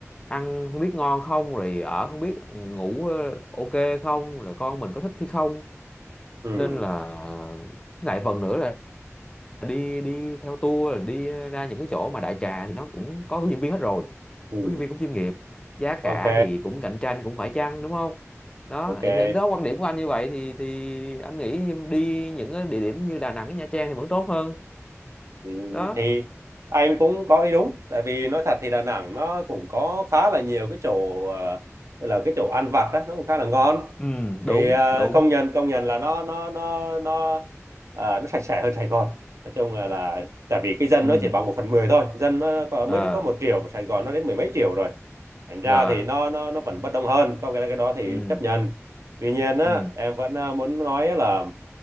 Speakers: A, on the left; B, on the right.
A: ăn không biết ngon không rồi ở không biết ừ, ngủ ờ, ok không rồi con mình có thích hay không
B: ừ,
A: nên là lại phần nữa là đi đi theo tour là đi ra những cái chỗ mà đại trà thì nó cũng có hướng dẫn viên hết rồi
B: ừ.
A: hướng dẫn viên cũng chuyên nghiệp giá
B: ok
A: cả thì cũng cạnh tranh cũng phải chăng đúng không đó
B: ok
A: thì thế- đó quan điểm của anh như vậy thì thì anh nghĩ đi những cái địa điểm như Đà Nẵng với Nha Trang thì vẫn tốt hơn
B: Ừ,
A: đó
B: thì anh cũng có ý đúng tại vì nói thật thì Đà Nẵng nó cũng có khá là nhiều cái chỗ ờ, là cái chỗ ăn vặt đó nó cũng khá là ngon
A: ừ
B: thì
A: đúng
B: ờ,
A: đúng
B: công nhận công nhận là nó nó nó nó à, nó sạch sẽ hơn Sài Gòn nói chung là, là tại vì cái dân
A: ừ
B: nó chỉ bằng một phần mười thôi dân nó có, mới
A: ờ
B: được có một triệu mà Sài Gòn nó đến mười mấy triệu rồi thành ra
A: rồi
B: thì nó nó nó vẫn bất đông hơn có cái cái đó thì
A: ừ
B: chấp nhận tuy nhiên á
A: ừ
B: em vẫn à, muốn nói là